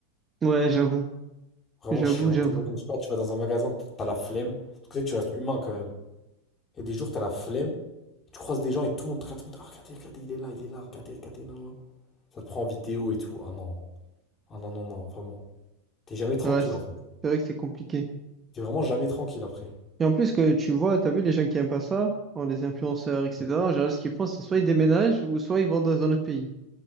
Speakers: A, on the right (about 20°); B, on the left (about 25°).
A: Ouais, j'avoue,
B: Vraiment
A: j'avoue,
B: chiant.
A: j'avoue.
B: T'es- Je sais pas, tu vas dans un magasin, t- t'as la flemme. Parce que tu sais, tu restes humain quand même. Et des jours, t'as la flemme, tu croises des gens et tout le monde te regarde, tout le monde, Ah, regardez, regardez, il est là, il est là, regardez, regardez, là, là. Ça te prend en vidéo et tout. Ah non, ah non, non, non, vraiment. T'es jamais tranquille
A: Ouais, c'est
B: en fait.
A: c'est vrai que c'est compliqué.
B: T'es vraiment jamais tranquille après.
A: Et en plus que tu le vois, t'as vu les gens qui aiment pas ça, oh, les influenceurs, etc. En général, ce qu'ils font, c'est soit ils déménagent ou soit ils vont dans un autre pays,